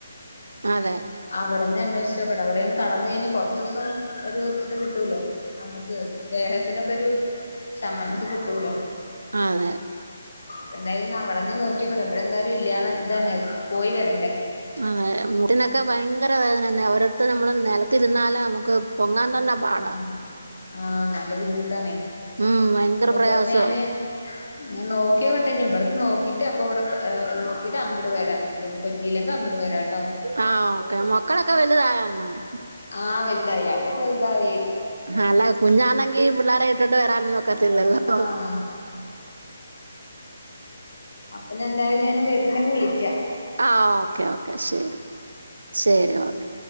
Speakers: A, on the right; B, on the left.
A: അതെ
B: അവിടെന്നെന്വേഷിച്ചോക്കട്ടെ വിടേം കടന്ന് കഴിഞ്ഞാ കൊറച്ചൂസം ഒരു ഇത് കിട്ടൂലോ മ്മക്ക് ദേഹത്തിനൊക്കെരു ചമൻത് കിട്ടൂലോ
A: ആ തെ
B: പ്പ ന്തായാലും ന്ന അവടെന്നേനോക്കിയോക്കട്ടേ ബടെ ന്തായാലും ഇല്ലൃ ന്ന് തന്നെ പോയിവരണ്ടേ
A: അ തെ മുട്ടനൊക്കെ ഭയങ്കര വേദന ഓരിടത്തത്ത് നമ്മള നെ നിലത്തിരുന്നാല് നമുക്ക് പൊങ്ങാൻ തന്നെ പാടാ-
B: ആഹ് ആഹ് നല്ല ബുദ്ധിമുട്ടാണേ.
A: ഉം ഭയങ്കര
B: എന്തായാലും
A: പ്രയാസാ-
B: ഞാന് ഞാൻ നോക്കി നോക്കട്ടെ ഞാൻ ഇവിടത്തെ നോക്കിട്ട് അപ്പോ ഇവിടെ നോക്കിയിട്ട് അങ്ങോട്ട് വരാം അല്ലെങ്കിൽ പറ്റിയില്ലെങ്കിൽ അങ്ങോട്ട് വരാകേട്ടോ.
A: ആ ഒക്കെ മക്കളൊക്കെ വലുതായോ എന്നാ-
B: ആഹ് വലുതായി അവരൊക്കെ വലുതായി
A: അല്ല കുഞ്ഞാണെങ്കിൽ പിള്ളേര് വിട്ട ട്ട് വരാനൊന്നും ഒക്കത്തില്ലല്ലോ
B: ആഹ് അപ്പോ ഞാൻ എന്തായാലും വരുണ്ടെങ്കിൽ വിളിക്കാം.
A: ആഹ് ഓക്കെ ഓക്കെ ശരി ശരി ഓക്കെ